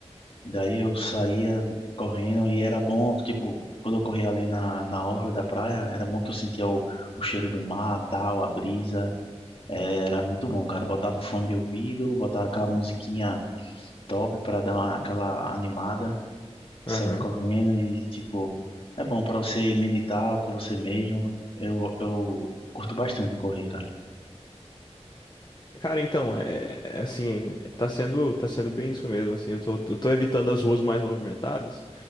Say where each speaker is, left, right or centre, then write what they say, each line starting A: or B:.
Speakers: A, on the left; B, on the left.
A: Daí
B: Pô.
A: eu saía correndo e era bom, tipo, quando eu corria ali na, na orla da praia, era bom que eu sentia o, o cheiro do mar, tal, a brisa. Era muito bom, cara. Botava o fone de ouvido, botava aquela musiquinha top pra dar uma- aquela animada,
B: Aham.
A: saía correndo e, tipo, é bom pra você meditar com você mesmo. Eu, eu curto bastante correr, cara.
B: Cara, então, é, é assim, tá sendo, tá sendo bem isso mesmo, assim, eu tô, eu tô evitando as ruas mais movimentadas